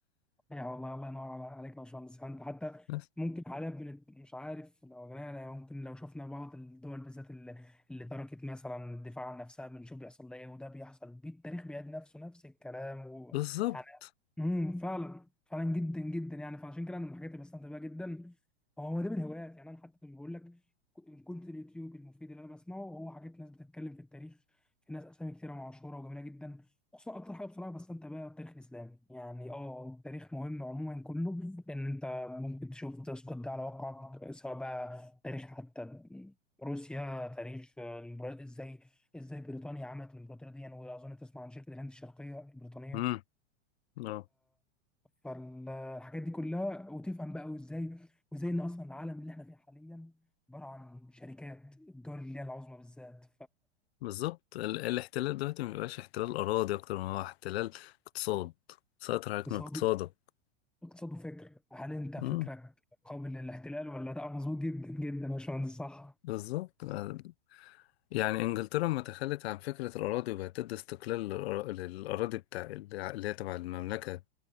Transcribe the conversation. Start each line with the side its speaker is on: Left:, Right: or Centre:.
Centre: يا والله الله ينور عليك يا باشمهندس انت حتى
Left: بس
Centre: ممكن حاليا بنت مش عارف لو جينا ممكن لو شفنا بعض الدول بالذات اللي, اللي تركت مثلا الدفاع عن نفسها بنشوف بيحصل لها ايه وده بيحصل بيه التاريخ بيعيد نفسه نفس الكلام ويعني
Left: بالظبط
Centre: امم فعلا فعلا جدا جدا يعني فعشان كده انا من الحاجات اللي بستمتع بيها جدا هو ده من الهوايات يعني انا حتى لما بقول لك ك- إن كنت اليوتيوب المفيد اللي انا بسمعه هو حاجات ناس بتتكلم في التاريخ في ناس اسامي كتيره معاشره وجميله جدا خصوصا اكتر حاجه بصراحه بستمتع بيها التاريخ الاسلامي يعني اه التاريخ مهم عموما كله لان انت ممكن تشوف تسقط ده على واقعك سواء بقى تاريخ حتى روسيا تاريخ آه، الإمبراطور- ازاي ازاي بريطانيا عملت الامبراطوريه دي يعني. واظن تسمع عن شركه الهند الشرقيه البريطانيه
Left: مم. اه
Centre: فالحاجات دي كلها وتفهم بقى وازاي وازاي ان اصلا العالم اللي احنا فيه حاليا عباره عن شركات الدول اللي هي العظمى بالذات
Left: بالظبط ال الاحتلال دلوقتي ما بيبقاش احتلال أراضي أكتر ما هو احتلال اقتصاد سيطر عليك
Centre: فاقتصاده
Left: من اقتصادك
Centre: اقتصاده فكر هل انت فكرك
Left: مم،
Centre: قابل للاحتلال ولا لا مظبوط جدا جدا يا باشمهندس صح
Left: بالظبط آه، يعني إنجلترا لما تخلت عن فكرة الأراضي وبقت تدي استقلال للأرا- للأراضي بتاع اللي هي تبع المملكة